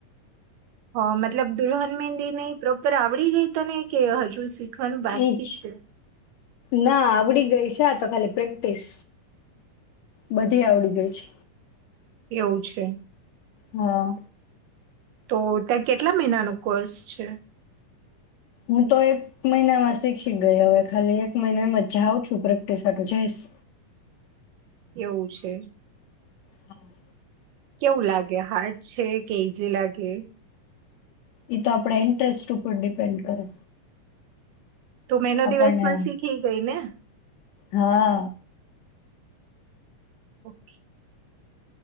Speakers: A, on the right; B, on the left.
A: હ મતલબ, દુલ્હન મેંદી નહી પ્રોપર આવડી ગઈ તને? કે હજુ સી શીખવાનું બાકી
B: એજ
A: છે.
B: ના આવડી ગઈ છે, તો ખાલી પ્રેક્ટિસ બધી આવડી ગઈ છે
A: એવું છે.
B: હા
A: તો ત્યાં, કેટલા મહિનાનો કોર્સ છે?
B: હું તો એક મહિનામાં શીખી ગઈ હવે ખાલી એક મહિનામાં જાઉં છું પ્રેક્ટિસ હાટુ જઈસ.
A: એવું છે.
B: હા.
A: કેવું લાગે હાર્ડ છે કે ઈઝી લાગે?
B: એ તો આપણા ઇન્ટરેસ્ટ ઉપર ડિપેન્ડ કરે.
A: તું મહિનો દિવસમાં
B: આપણને
A: શીખી ગઈ ને?
B: હા
A: ઓકે.